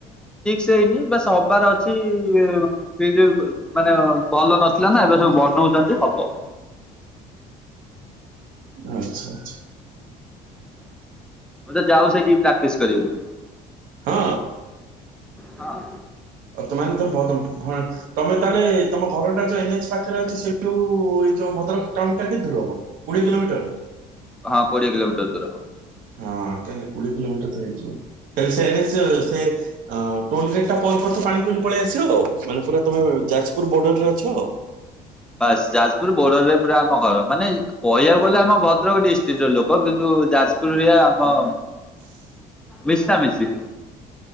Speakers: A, in the centre; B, on the right (about 65°).
A: ସେଇନି ବା ହବାର ଅଛି ଫ୍ରିଲଡ ମାନେ ଭଲ ନଥିଲା ନା ଏବେ ସବୁ ବନ ପ୍ରଧନ୍ତ ହେବ।
B: ଆଛା ଆଛା।
A: ହ ତ ଯାଉ ସେଇଠି ପ୍ରେକ୍ଟିସ କରିବାକୁ।
B: ହଁ।
A: ହଁ।
B: ଆ ତମ ତମ ବଦ ହଁ ତମେ ତାହେଲେ ତମ ଘରଟା ଯୋଉ ଏ ଏଚ ପାଖରେ ଅଛି ସେଇଠୁ ଭଦ୍ରକ ଟାଉନ ଟା କେ ଦୂର ହବ କୋଡିଏ କିଲୋମିଟର।
A: ହଁ କୋଡିଏ କିଲୋମିଟର ଦୂର ହବ।
B: ହଁ କଲେ କୋଡିଏ କିଲୋମିଟର ତ ହେଇଯିବ। ତାଲେ ସେ ଟୋଲଗେଟ ଟା ପର ପାଣି ଖୁଲି ପଳେଇ ଆସିବ ଆଉ ମାନେ ପୁରା ତମେ ଯାଜପୁର ବର୍ଡର ରେ ଅଛ ଆଉ।
A: ବାସ ଯା ଯାଜପୁର ବୋର୍ଡରରେ ପୁରା ଆମ ଘର ମାନେ କହିବାକୁ ଗଲେ ଆମ ଭଦ୍ରକ ଡିଷ୍ଟ୍ରିକଟ ର ଲୋକ କିନ୍ତୁ ଯାଜପୁରରେ ଆମ
B: <inaudible>
A: ମିଶା ମିସି